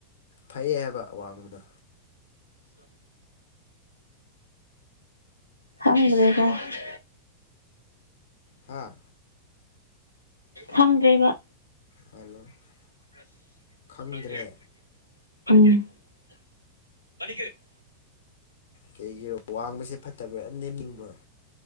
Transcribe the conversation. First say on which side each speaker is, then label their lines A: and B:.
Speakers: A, on the left; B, on the left.
A: ꯐꯩ ꯍꯥꯏꯕ ꯋꯥꯡꯕꯗꯣ
B: ꯝ <unintelligible> ꯈꯪꯗ꯭ꯔꯦꯗ <unintelligible> <inaudible>
A: ꯍꯥꯥ
B: ꯐꯪꯗ꯭ꯔꯦꯕ
A: ꯍꯜꯂꯣ <inaudible> <unintelligible>
B: <inaudible>
A: ꯈꯪꯗ꯭ꯔꯦ
B: <unintelligible>
A: ꯀꯩꯒꯤꯔꯣ ꯋꯥꯡꯕꯁꯦ ꯐꯠꯇꯕ꯭ꯔꯥꯅ ꯅꯦꯝꯅꯤꯡꯕꯔꯣ